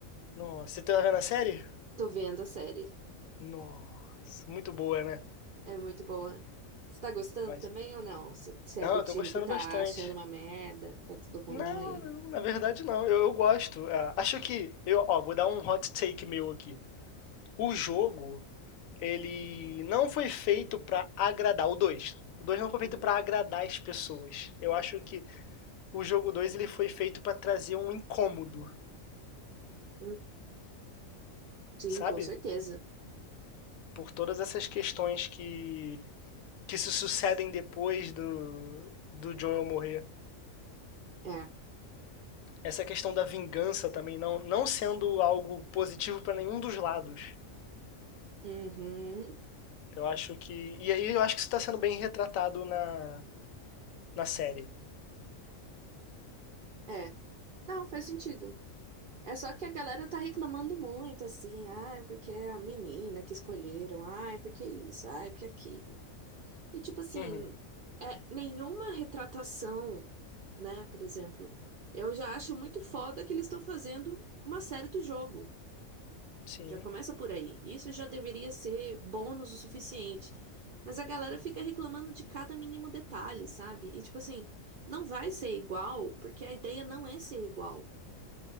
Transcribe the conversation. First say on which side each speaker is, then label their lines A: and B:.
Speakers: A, on the left; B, on the right.
A: Nossa, você tá vendo a série?
B: Tô vendo a série.
A: Nossa, muito boa, né?
B: É muito boa. Você tá gostando
A: Mas,
B: também ou não? Você você
A: não,
B: é do
A: eu
B: time
A: tô gostando
B: que tá
A: bastante.
B: achando uma merda, que tá tudo ruim.
A: Não, não, na verdade não, eu, eu gosto. Ah, acho que, eu, ó, vou dar um hot take meu aqui. O jogo, ele não foi feito pra agradar, o dois O 2 não foi feito
B: Uhum.
A: pra agradar as pessoas. Eu acho que o jogo 2 ele foi feito para trazer um incômodo,
B: Hum, Sim,
A: sabe?
B: com certeza.
A: Por todas essas questões que, que se sucedem depois do, do Joel morrer.
B: É.
A: Essa questão da vingança também não, não sendo algo positivo para nenhum dos lados.
B: Uhum.
A: Eu acho que. E aí eu acho que isso está sendo bem retratado na, na série.
B: É. Não, faz sentido. É só que a galera tá reclamando muito, assim, ah, porque é a menina que escolheram, ah, porque isso, ah, porque aquilo. E tipo assim,
A: Uhum,
B: é nenhuma retratação, né? Por exemplo, eu já acho muito foda que eles estão fazendo uma série do jogo.
A: sim.
B: Já começa por aí. Isso já deveria ser bônus o suficiente. Mas a galera fica reclamando de cada mínimo detalhe, sabe? E tipo assim, não vai ser igual, porque a ideia não é ser igual.